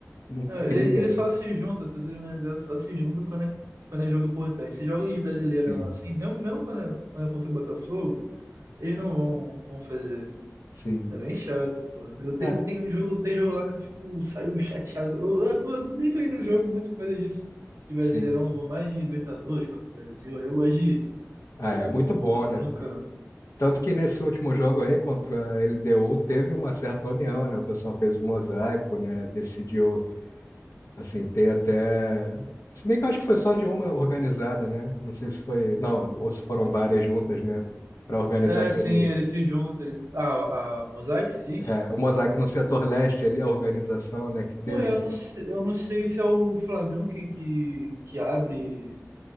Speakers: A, on the left (about 75°); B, on the right (about 75°).
A: não
B: É,
A: cria.
B: Ele, ele só se junta, a torcida organizada só se junta quando é, quando é jogo importante. Esses jogos de Brasileirão
A: Sim,
B: assim, mesmo, mesmo quando, é, quando é contra o Botafogo, eles não vão, vão fazer.
A: sim.
B: É bem chato, pô. Eu tenho,
A: É,
B: tenho um jogo, tem jogo lá que eu fico, saio chateado. Eu, eu tô- nem tô indo no jogo muito por causa disso. De Brasileirão,
A: sim.
B: eu vou mais de Libertadores, Copa do Brasil, aí eu gosto de ir.
A: Ah,
B: E
A: é
B: aí todo
A: muito
B: mundo,
A: bom,
B: todo
A: né?
B: mundo
A: Porque
B: canta.
A: Tanto que nesse último jogo aí contra a LDU teve uma certa união, né? O pessoal fez o mosaico, né? Decidiu, assim, ter até. Se bem que eu acho que foi só de uma organizada, né? Não sei se foi. Não, ou se foram várias juntas, né? Para organizar
B: É,
A: aquele.
B: sim, eles se juntam. Eles... Ah, a, o Mosaic se diz?
A: é, o mosaico no setor leste ali, a organização, né? Que teve.
B: Pô, eu não, se- eu não sei se é o Flamengo que, que, que abre